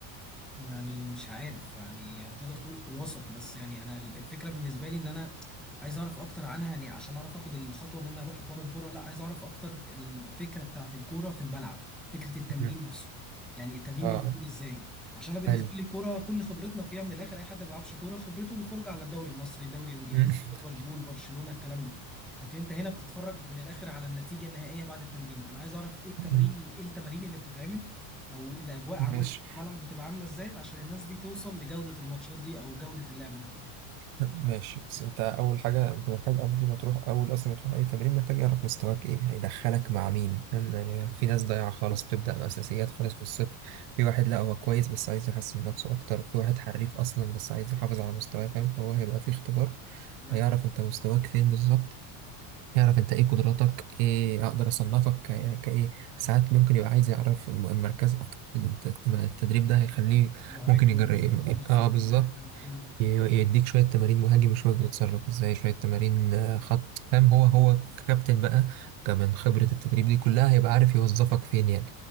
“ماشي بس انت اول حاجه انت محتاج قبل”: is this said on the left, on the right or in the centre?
Right